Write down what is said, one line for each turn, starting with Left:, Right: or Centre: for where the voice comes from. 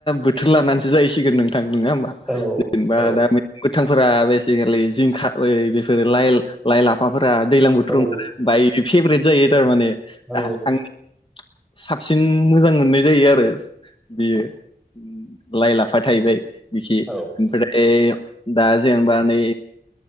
Left: बोथोर लानानैसो जाहैसिगोन नोंथां नोङा होमबा
Centre: औ
Left: जेनेबा
Centre: औ
Left: दा बेसेकेलि जिंखा ओ बेफोरो लाइ लाफा फ्रा दैज्लां बोथोर
Centre: औ
Left: ओंखारो बाय। फेबेरद जायो थार माने।
Centre: औ
Left: ओह आंनि साबसिन मोजां मोननाय जायो आरो बेयो लाइ लाफा थाहैबाय बिखि
Centre: औ
Left: ओमफ्राय दा जेनेबा नै